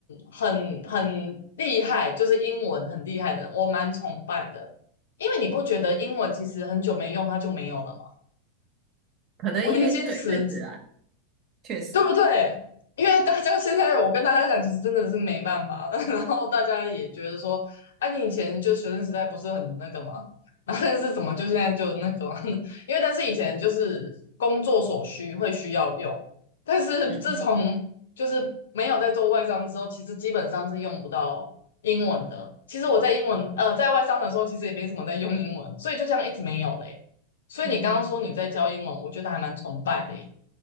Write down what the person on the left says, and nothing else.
很很厉害，就是英文很厉害的人，我蛮崇拜的。因为你不觉得英文其实很久没用，它就没有了吗
我年轻时
对不对？因为大家现在我跟大家讲，其实真的是没办法了。<laughs> 然后大家也觉得说，啊，你以前就学生时代不是很那个吗？<laughs> 然后但是怎么就现在就那个嘛呢 <laughs> 因为但是以前就是工作所需会需要用，但是自从
就是没有在做外商之后，其实基本上是用不到英文的。其实我在英文呃在外商的时候，其实也没什么在用英文，所以就这样一直没有嘞。所以你刚刚说你在教英文，
我觉得还蛮崇拜的耶。